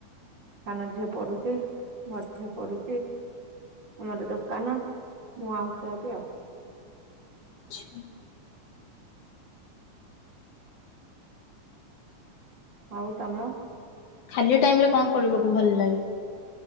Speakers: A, on the right; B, on the left.
A: ସାନ ଝିଅ ପଡ଼ୁଚି ବଡ଼ ଝିଅ ପଡ଼ୁଚି ଆମର ଦୋକାନ ମୁଁ ହାଉସ୍ ୱାଇଫ୍ ଆଉ।
B: ଆଚ୍ଛା।
A: ଆଉ ତମ
B: ଖାଲି ଟାଇମ୍ ରେ କଣ କରିବାକୁ ଭଲ ଲାଗେ